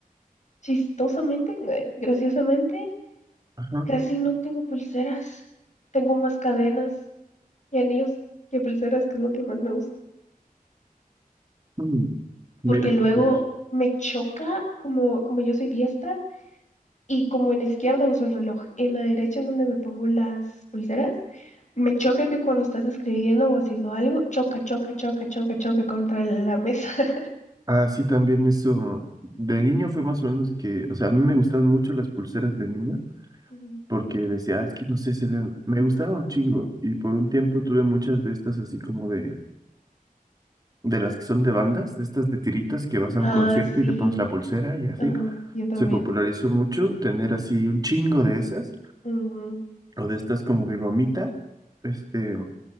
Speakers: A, on the left; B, on the right.
A: chistosamente, eh, graciosamente,
B: Ajá.
A: casi no tengo pulseras. Tengo más cadenas y anillos que pulseras, que es lo que más me gusta.
B: Mm,
A: Porque
B: Mira
A: luego
B: qué curioso.
A: me choca, como, como yo soy diestra. Y como en la izquierda uso el reloj, en la derecha es donde me pongo las pulseras. Me choca que cuando estás escribiendo o haciendo algo, choca, choca, choca, choca, choca contra la mesa. <laughs>
B: Ah, sí, también eso. De niño fue más o menos que, o sea, a mí me gustaban mucho las pulseras de niño.
A: Mm.
B: porque decía, "Ah, es que no sé, se ve, me gustaba un chingo. Y por un tiempo tuve muchas de estas así como de, de las que son de bandas, de estas de tiritas que vas a
A: Ah,
B: un concierto
A: sí.
B: y te pones la pulsera y así.
A: Ajá, yo también.
B: Se popularizó mucho tener así un chingo de esas,
A: Ujú.
B: o de estas como de gomita, este,